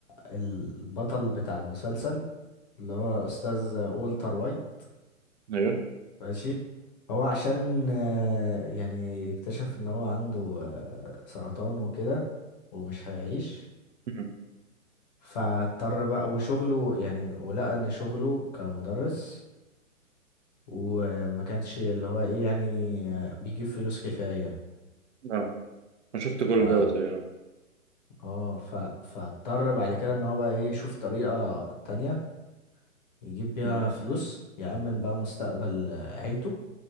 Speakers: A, on the left; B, on the right.
A: البطل بتاع المسلسل اللي هو استاذ والتر وايت
B: ايوه
A: ماشي هو عشان آه، يعني اكتشف ان هو عنده آه، سرطان وكده ومش هيعيش
B: مم.
A: فاضطر بقى وشغله يعني ولقى ان شغله كمدرس وما كانش اللي هو ايه يعني آه، بيجيب فلوس كفاية
B: اه انا شفت كل
A: ف
B: دوت ايوه
A: اه ف فاضطر بعد كده ان هو بقى ايه يشوف طريقة تانية يجيب بيها
B: مم.
A: فلوس يأمن بقى مستقبل آه، عيلته